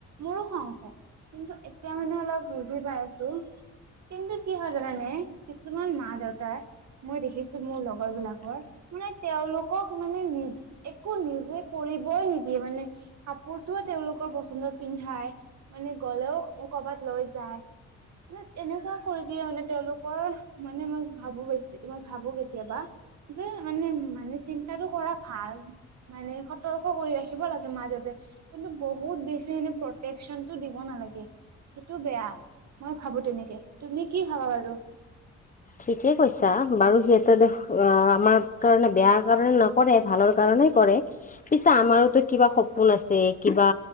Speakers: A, on the right; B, on the left.
A: মোৰো খং উঠে কিন্তু এতিয়া মানে অলপ বুজি পাই আছো। কিন্তু কি হয় জানানে কিছুমান মা-দেউতাই, মই দেখিছো মোৰ লগৰ বিলাকৰ মানে তেওঁলোকক মানে নি একো নিজে কৰিবই নিদিয়ে মানে, কাপোৰতো তেওঁলোকৰ পচন্দত পিন্ধাই, মানে গ'লেও কৰবাত লৈ যায় মানে এনেকুৱা কৰি দিয়ে মানে তেওঁলোকৰ, মানে মই ভাবো হৈছে মই ভাবো কেতিয়াবা যে মানে মানে চিন্তাটো কৰা ভাল, মানে সতৰ্ক কৰি ৰাখিব লাগে মা-দেউতাই কিন্তু বহুত বেছি মানে প্ৰটেকচনতটো দিব নালাগে, সেইটো বেয়া। মই ভাবো তেনেকে। তুমি কি ভাবা বাৰু?
B: ঠিকে কৈছা, বাৰু সিহঁতে দেখ আ আমাৰ কাৰণে বেয়া কাৰণে নকৰে ভালৰ কাৰণে কৰে। পিছে আমাৰোতো কিবা সপোন আছে, কিবা